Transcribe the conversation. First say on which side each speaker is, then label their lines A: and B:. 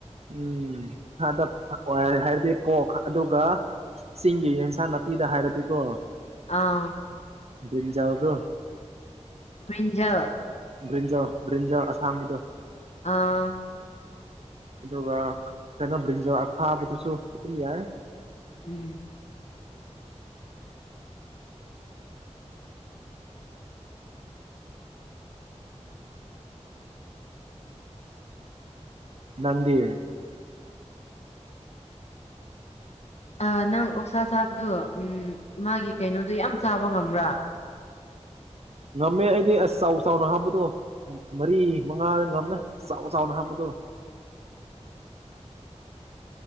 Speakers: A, on the right (about 60°); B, on the left (about 65°).
A: ꯎꯝ ꯁꯥꯗ <inaudible> ꯍꯥꯏꯔꯗꯤ ꯄꯣꯛ ꯑꯗꯨꯒ ꯆꯤꯡꯒꯤ ꯌꯦꯟꯁꯥꯡ ꯅꯥꯄꯤꯗ ꯍꯥꯏꯔꯗꯤꯀꯣ
B: ꯑꯥ
A: ꯕ꯭ꯔꯤꯟꯖꯥꯜꯗꯨ
B: ꯕ꯭ꯔꯤꯟꯖꯜ
A: ꯕ꯭ꯔꯤꯟꯖꯜ ꯕ꯭ꯔꯤꯟꯖꯜ ꯑꯁꯥꯡꯕꯗꯣ
B: ꯑꯥ
A: ꯑꯗꯨꯒ ꯀꯩꯅꯣ ꯕ꯭ꯔꯤꯟꯖꯜ ꯑꯈꯥꯕꯗꯨꯁꯨ ꯑꯗꯨꯝ ꯌꯥꯏ
B: ꯎꯝ
A: ꯅꯪꯗꯤ
B: ꯑꯥ ꯅꯪ ꯑꯣꯛꯁꯥ ꯆꯥꯕꯗꯨ ꯎꯝ ꯃꯥꯒꯤ ꯀꯩꯅꯣꯗꯨ ꯌꯥꯝ ꯆꯥꯕ ꯉꯝꯕ꯭ꯔꯥ
A: ꯉꯝꯃꯦ ꯑꯩꯗꯤ ꯑꯁ ꯆꯥꯎ ꯆꯥꯎꯅ ꯍꯥꯞꯄꯇꯣ ꯃꯔꯤ ꯃꯉꯥ ꯉꯝꯃꯦ ꯆꯥꯎ ꯆꯥꯎꯅ ꯍꯥꯞꯄꯗꯣ